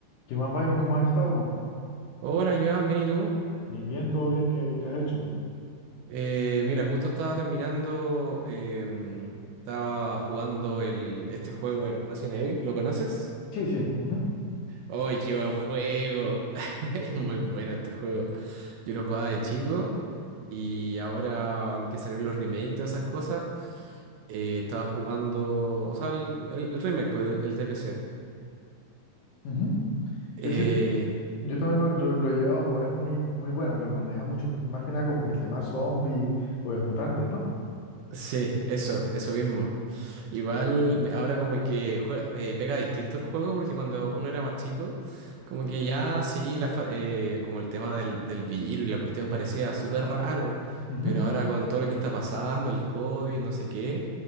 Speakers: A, on the left; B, on the right.
A: ¿Qué más, Byron? ¿Cómo has estado?
B: Hola, Joan, bien, ¿y tú?
A: Bien, bien, todo bien, ¿qué, qué has hecho?
B: Eh, mira, justo estaba terminando, em, estaba jugando el, este juego, el Resident Evil, ¿lo conoces?
A: Sí, sí. ujú,
B: ¡Ay, qué buen juego! <laughs> Es muy bueno este juego. Yo lo jugaba de chico y ahora que salieron los remakes y todas esas cosas, eh, estaba jugando, o sea, el, el- el remake, pues, el, el de PC.
A: ujú.
B: Eh,
A: Ese, yo también lo, lo, lo he llevado a jugar, es muy, muy bueno, me maneja mucho, más que nada como que el tema zombie o de mutantes, ¿no?
B: Sí, eso, eso mismo. Igual me- ahora como que jue- eh, pega distinto el juego porque cuando uno era más chico, como que ya sí, la fa- eh, como el tema del, del virus y la cuestión parecía súper raro,
A: Ujú.
B: pero ahora con todo lo que está pasando, el COVID, no sé qué,